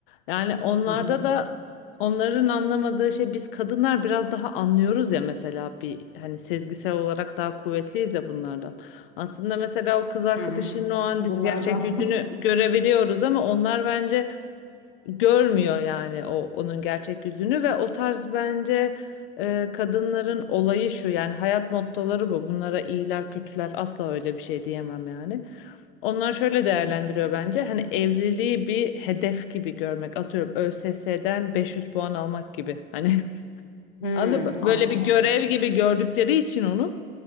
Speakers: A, on the left; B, on the left.
A: Yani onlarda
B: Hı hı.
A: da onların anlamadığı şey biz kadınlar biraz daha anlıyoruz ya mesela bir hani sezgisel olarak daha kuvvetliyiz ya bunlardan. Aslında mesela o kız arkadaşının
B: Hı hı.
A: o an
B: Bunlardan.
A: biz gerçek yüzünü görebiliyoruz ama onlar bence görmüyor yani o onun gerçek yüzünü ve o tarz bence e, kadınların olayı şu yani hayat mottoları bu. Bunlara iyiler kötüler asla öyle bir şey diyemem yani. Onlar şöyle değerlendiriyor
B: Hı hı.
A: bence. Hani evliliği bir hedef gibi görmek. Atıyorum ÖSS'den 500 puan almak gibi. Hani <laughs>
B: Hmm,
A: anladın mı?
B: anladım.
A: Böyle bir görev gibi gördükleri için onu